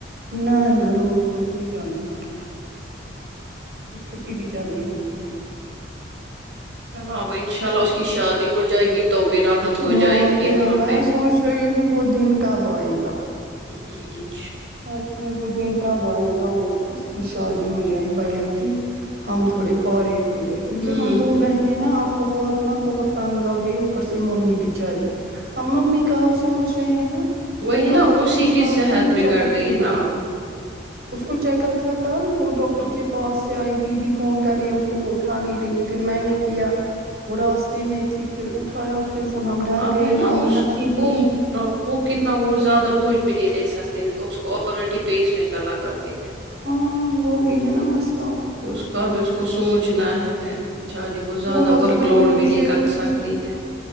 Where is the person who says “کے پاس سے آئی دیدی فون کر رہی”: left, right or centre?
Right